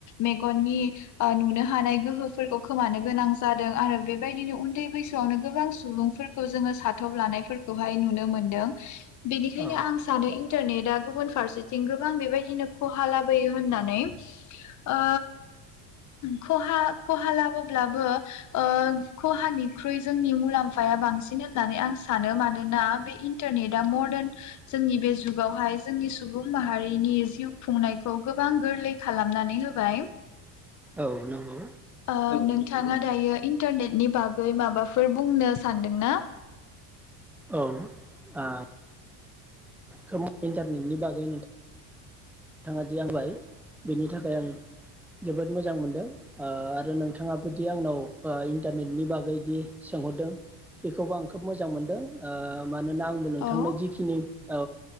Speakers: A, on the left (about 40°); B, in the centre.
A: मेगननि ओ नुनो हानाय गोहोफोरखौ खोमानो गोनां जादों आरो बेबायदिनो उन्दै बैसोआवनो गोबां सुबुंफोरखौ जोङो साथब लानायफोरखौहाय नुनो मोनदों। बेनिखायनो
B: औ
A: आं सानो इन्टारनेटआ गुबुन फारसेथिं गोबां बेबायदिनो खहा लाबोयो होननानै। ओ खहा खहा लाबोब्लाबो ओ खहानिख्रुइ जोंनि मुलाम्फाया बांसिन होननानै आं सानो मानोना बे इन्टारनेटआ मदार्न जोंनि बे जुगावहाय जोंनि सुबुं माहारिनि जिउ खुंनायखौ गोबां गोरलै खालामनानै होबाय।
B: औ नंगौ
A: ओ नोंथाङा दायो इन्टारनेटनि बागै माबाफोर बुंनो सानदों ना?
B: औ आ खोम इन्टारनेटनि बागै नों थाङा दि आंबाय बिनि थाखाय आं जोबोद मोजां मोनदों ओ आरो नोंथाङाबोदि आंनाव इन्टारनेटनि बागैदि सोंहरदों बेखौबो आं खोब मोजां मोनदों ओ मानोना आंबो नोंथांनो
A: औ
B: जिखिनि औ